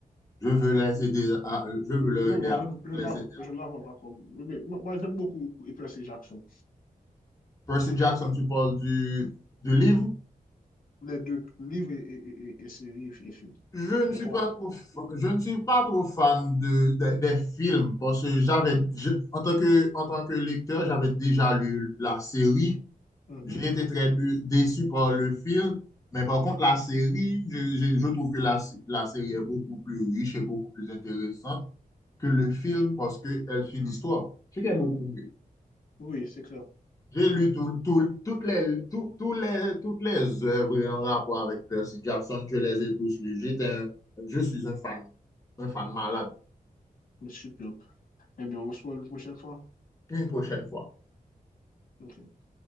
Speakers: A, on the left (about 25°); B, on the left (about 70°).
A: Je veux les aider à, euh, je veux leur
B: Non,
A: aider
B: moi,
A: à,
B: je, ne- je
A: les
B: ne la, vois-
A: aider
B: je
A: à.
B: ne la vois pas comme. Mais moi, moi, j'aime beaucoup Hyper C. Jackson.
A: Percy Jackson, tu parles du, du livre?
B: Les deux, livres et, et, et, et séries et films.
A: Je ne
B: Les
A: suis
B: trois.
A: pas trop, fa- je ne suis pas trop fan de, de- des films parce que j'avais, je- en tant que, en tant que lecteur, j'avais déjà lu la série.
B: Mhm.
A: J'ai été très dé- déçu par le film, mais par contre, la série, je, je- je trouve que la, sé- la série est beaucoup plus riche et beaucoup plus intéressante que le film
B: Ok.
A: parce qu'elle suit l'histoire, ce qui est beaucoup mieux.
B: Oui, c'est clair.
A: J'ai lu tout- tout- toutes les, tout- tous les, toutes les œuvres en rapport avec Percy Jackson. Je les ai tous lus. J'étais un- je suis un fan, un fan malade.
B: Mm. Superbe. Eh bien, on se voit une prochaine fois.
A: Une prochaine fois.
B: Ok.